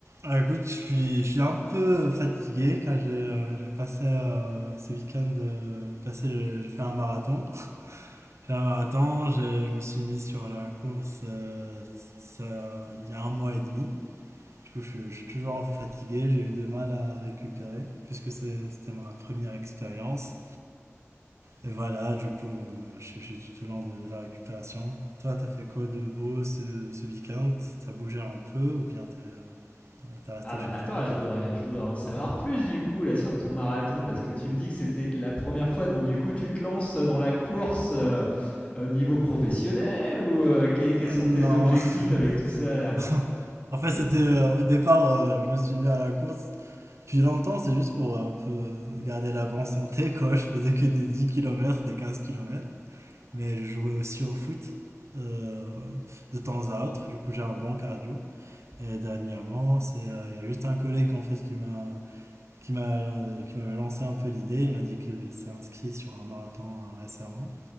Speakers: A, on the right; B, on the left.
A: Ah, écoute, je suis, je suis un peu fatigué car j'ai euh, j'ai passé euh, ce week-end euh, passé, j'ai j'ai fait un marathon. J'ai fait un marathon, j'ai- je me suis mis sur la course euh, ça- il y a un mois et demi. Du coup, je, suis je suis toujours un peu fatigué, j'ai eu de mal à récupérer puisque c'est- c'était ma première expérience. Et voilà, du coup, euh, je, suis je suis tout au long de, la récupération. Toi, t'as fait quoi de beau ce, ce week-end? T'as bougé un peu ou bien t'es- t'as resté
B: Ah
A: chez
B: mais attends,
A: toi?
B: je voudrais, je voudrais en savoir plus du coup là sur ton marathon parce que tu me dis que c'était la première fois donc du coup tu te lances dans la course euh, au niveau professionnel ou euh, que- quels
A: Non.
B: sont tes objectifs avec tout ça
A: <laughs>
B: là?
A: En fait, c'était euh, au départ, euh, je me suis mis à la course. depuis longtemps, c'est juste pour un peu garder la bonne santé, quoi. Je faisais que des 10 kilomètres des quinze kilomètres Mais je jouais aussi au foot euh, de temps à autre. Du coup, j'ai un bon cardio. Et dernièrement, c'est, euh, il y a juste un collègue en fait qui m'a qui m'a euh, qui m'avait lancé un peu l'idée. Il m'a dit qu'il s'est inscrit sur un marathon euh, récemment.